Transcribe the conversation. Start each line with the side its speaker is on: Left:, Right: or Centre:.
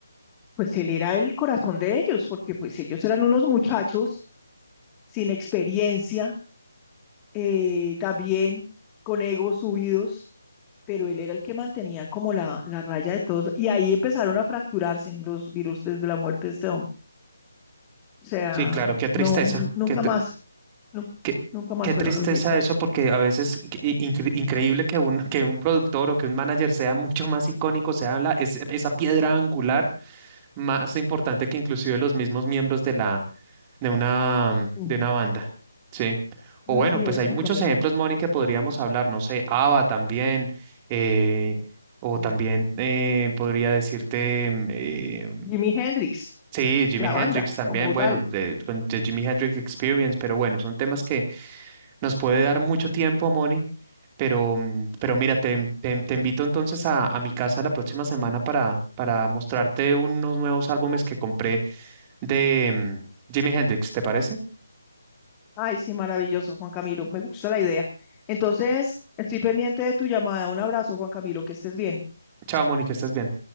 Left: pues él era el corazón de ellos, porque pues ellos eran unos muchachos sin experiencia, eh, también con egos subidos, pero él era el que mantenía como la, la raya de todos. Y ahí empezaron a fracturarse los virus desde la muerte de este hombre. O sea,
Right: Sí, claro, qué tristeza,
Left: no, n- nunca
Right: qué,
Left: más, no,
Right: Qué,
Left: nunca más
Right: qué
Left: fueron
Right: tristeza
Left: los mismos.
Right: eso, porque a veces i- incre- increíble que un, <laughs> que un productor o que un manager sea mucho más icónico, sea la, es- esa piedra angular más importante que inclusive los mismos miembros de la, de una,
Left: Mm,
Right: de una banda. Sí. O
Left: Así
Right: bueno, pues
Left: es,
Right: hay
Left: Juan
Right: muchos
Left: Camilo.
Right: ejemplos, Moni, que podríamos hablar, no sé, ABBA también, eh, o
Left: Mm.
Right: también eh, podría decirte, mm, eh,
Left: Jimi Hendrix.
Right: sí, Jimi
Left: la
Right: Hendrix
Left: banda
Right: también,
Left: como
Right: bueno,
Left: tal.
Right: de, con The Jimi Hendrix Experience, pero bueno, son temas que nos puede dar mucho tiempo, Moni, pero, mm, pero mira, te, te- te invito entonces a, a mi casa la próxima semana para, para mostrarte unos nuevos álbumes que compré de mm, Jimi Hendrix, ¿te parece?
Left: Ay, sí, maravilloso, Juan Camilo, me gusta la idea. Entonces, estoy pendiente de tu llamada. Un abrazo, Juan Camilo, que estés bien.
Right: Chao, Moni, que estés bien.